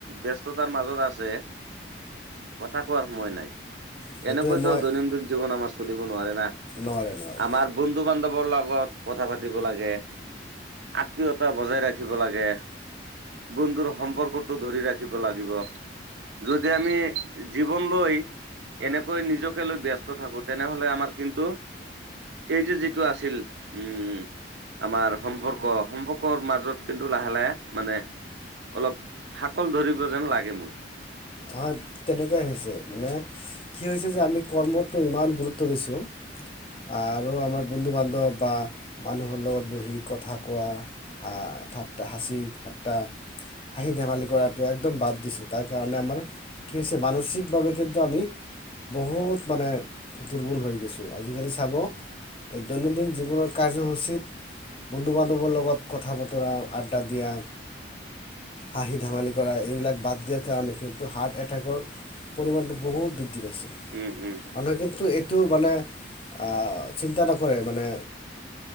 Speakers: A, on the right (about 70°); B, on the left (about 30°).
A: ব্যস্ততাৰ মাজত আছে কথা কোৱাৰ সময় নাই,
B: সেইটোৱে
A: এনেকৈতো
B: মই
A: দৈনন্দিন জীৱন আমাৰ চলিব নোৱাৰে না।
B: নোৱাৰে নোৱাৰে
A: আমাৰ বন্ধু বান্ধৱৰ লগত কথা পাতিব লাগে। আত্মীয়তা বজাই ৰাখিব লাগে বন্ধুৰ সম্পৰ্কটো ধৰি ৰাখিব লাগিব। যদি আমি জীৱন লৈ এনেকৈ নিজকে লৈ ব্যস্ত থাকো, তেনেহলে আমাৰ কিন্তু এই যে যিটো আছিল, উম, আমাৰ সম্পৰ্ক, সম্পৰ্কৰ মাজত কিন্তু লাহে-লাহে মানে অলপ ফাতল ধৰিব যেন লাগে মোৰ।
B: হয়, তেনেকুৱাই হৈছে মানে কি হৈছে যে আমি কৰ্মটো ইমান গুৰুত্ব দিছোঁ আৰু আমাৰ বন্ধু বান্ধৱ বা মানুহৰ লগত বহি কথা কোৱা ঠাট্টা হাঁচি ঠাট্টা হাঁহি ধেমালি কৰাটো একদম বাদ দিছো, তাৰ কাৰণে আমাৰ কি হৈছে, মানসিকভাৱে কিন্তু আমি বহুত মানে দুৰ্বল হৈ গৈছোঁ, আজিকালি চাব এই দৈনন্দিন জীৱনৰ কাৰ্যসূচীত বন্ধু বান্ধৱৰ লগত কথা বতৰা, আড্ডা দিয়া হাঁহি ধেমালি কৰা, এইবিলাক বাদ দিয়াৰ কাৰণে কিন্তু টো হাৰ্ট এটেকৰ পৰিমাণটো বহুত বৃদ্ধি পাইছে,
A: উম উম
B: মানুহে কিন্তু এই টো মানে আ, চিন্তা নকৰে, মানে